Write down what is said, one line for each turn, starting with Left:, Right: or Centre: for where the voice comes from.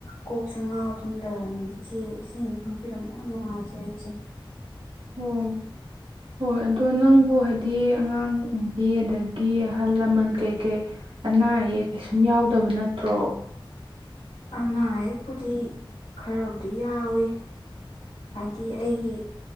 Left: ꯀꯣꯛꯁ ꯉꯥ ꯑꯗꯨꯅ ꯂꯩꯔꯝ ꯏꯆꯦ ꯏꯆꯦꯅ ꯈꯪꯕꯤꯔꯝꯃꯦ ꯌꯥꯝ ꯅꯨꯡꯉꯥꯏꯖꯔꯦ ꯑꯩꯆꯦ ꯍ
Right: ꯎꯝ ꯍꯣꯏ ꯑꯗꯣ ꯅꯪꯕꯨ ꯍꯥꯏꯗꯤ ꯑꯉꯥꯡ ꯅꯨꯕꯤ ꯑꯗꯒꯤ ꯑꯍꯜ ꯂꯃꯟ ꯀꯩꯀꯩ ꯑꯅꯥ ꯑꯌꯦꯛ ꯀꯩꯁꯨꯝ ꯌꯥꯎꯗꯕ ꯅꯠꯇ꯭ꯔꯣ
Left: ꯑꯅꯥ ꯑꯌꯦꯛꯄꯨꯗꯤ ꯈꯔꯕꯨꯗꯤ ꯌꯥꯎꯋꯤ ꯍꯥꯏꯗꯤ ꯑꯩꯒꯤ